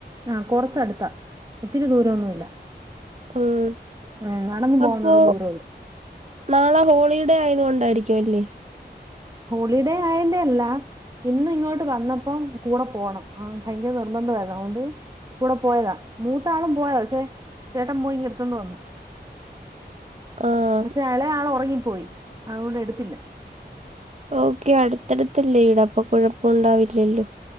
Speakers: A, on the right; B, on the right.
A: ആഹ് കൊറച്ചടുത്താ ഒത്തിരി ദൂരംന്നുമല്ല
B: ഉം
A: ഉം നടന്ന പോവാന്നള്ള
B: അപ്പോ
A: ദൂരമ ഉള്ളൂ
B: നാളെ ഹോളിഡേ ആയത് കൊണ്ടായിരിക്കും അല്ലേ
A: ഹോളിഡേ ആയന്റെ അല്ല ഇന്ന് ഇങ്ങോട്ട് വന്നപ്പം കൂടെ പോണം ആഹ് ഭയങ്കര നിർബന്ധമായിരുന്നു അതുകൊണ്ട് കൂടെ പോയതാ മൂത്താളും പോയത പക്ഷേ ചേട്ടൻ പോയിങ്ക എടുത്തണ്ട് വന്നു
B: ആ
A: പക്ഷെ ഇളയാൾ ഉറങ്ങിപ്പോയി അതുകൊണ്ട് എടുത്തില്ല
B: ഓക്കെ അടുത്തടുത്തല്ലേ ഇടാ അപ്പൊ കുഴപ്പണ്ടാവില്ലല്ലോ